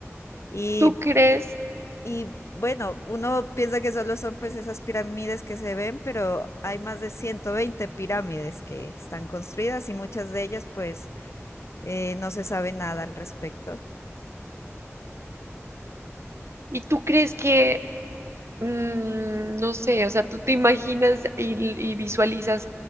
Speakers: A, on the left (about 65°); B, on the right (about 60°).
A: Y,
B: ¿Tú crees?
A: y bueno, uno piensa que solo son pues esas pirámides que se ven, pero hay más de 120 pirámides que están construidas y muchas de ellas pues eh, no se sabe nada al respecto.
B: ¿Y tú crees que, mm, no sé, o sea, tú te imaginas y, y visualizas